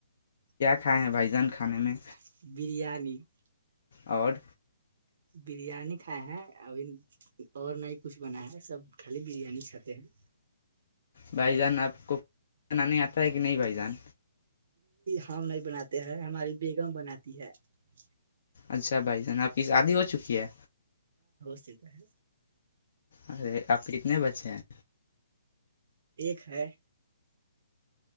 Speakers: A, on the right; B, on the left.
A: کیا
B: کھائے
A: کھ
B: ہیں بھائی
A: بھان
B: جان کھانے میں
A: بریانی <unintelligible> ہ <unintelligible>
B: اور
A: بریانی کھائے ہیں ابھی اور نہیں ہی کچھ بنا ہے سب خالی بریانی کھاتے ہیں
B: بھائی جان آپ کو بنانے آتا ہے کہ نہیں بھائی جان
A: ہم نہیں بناتے ہیں ہماری بیگم بناتی ہے جی
B: اچھا بھائی جن آپ کی شادی ہو چکی ہے
A: چکا ہے
B: ارے اب تنے بچے ہیں
A: ایک ہے